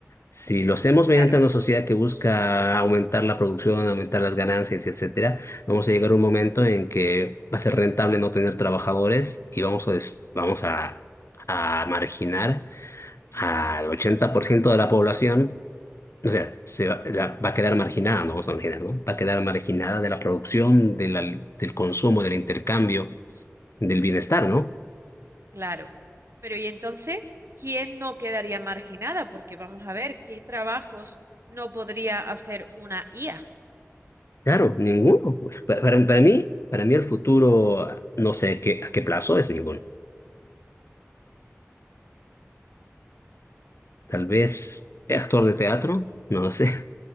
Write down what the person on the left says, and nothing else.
Si lo hacemos mediante
una sociedad que busca aumentar la producción, aumentar las ganancias, etcétera, vamos a llegar a un momento en que va a ser rentable no tener trabajadores y vamos a, des- vamos a, a marginar al 80% de la población. O sea, se va, la- va a quedar marginada, no vamos a marginar, ¿no? Va a quedar marginada de la producción, de la- del consumo, del intercambio, del bienestar, ¿no?
Claro, ninguno. Pues, pa- para, para mí, para mí el futuro, no sé qué, a qué plazo es ninguno. Tal vez actor de teatro, no lo sé.